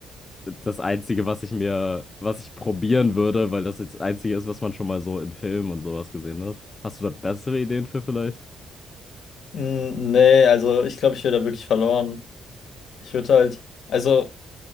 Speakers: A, on the left (about 30°); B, on the left (about 65°).
A: das Einzige, was ich mir, was ich probieren würde, weil das jetzt das Einzige ist, was man schon mal so in Filmen und sowas gesehen hat. Hast du da bessere Ideen für vielleicht?
B: Mm, Nee, also ich glaube, ich wäre da wirklich verloren. Ich würde halt, also